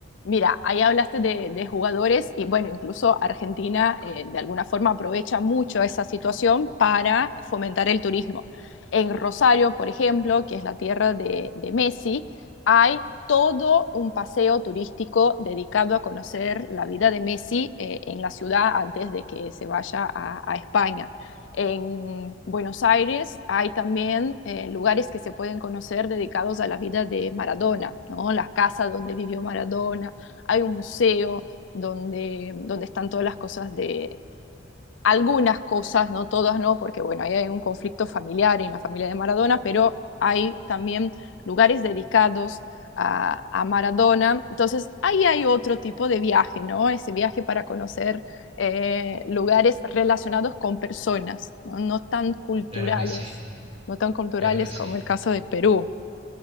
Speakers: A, on the left; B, on the right.
A: Mira, ahí hablaste de, de jugadores y bueno, incluso Argentina eh, de alguna forma aprovecha mucho esa situación para fomentar el turismo. En Rosario, por ejemplo, que es la tierra de, de Messi, hay todo un paseo turístico dedicado a conocer la vida de Messi eh, en la ciudad antes de que se vaya a, a España. En Buenos Aires hay también eh, lugares que se pueden conocer dedicados a la vida de Maradona, ¿no? La casa donde vivió Maradona, hay un museo donde, donde están todas las cosas de, algunas cosas, no todas, no, porque bueno, ahí hay un conflicto familiar en la familia de Maradona, pero hay también lugares dedicados a, a Maradona. Entonces, ahí hay otro tipo de viaje, ¿no? Ese viaje para conocer eh, lugares relacionados con personas, ¿no? no tan culturales,
B: Claro que sí.
A: no tan culturales
B: Claro que sí,
A: como el caso de Perú.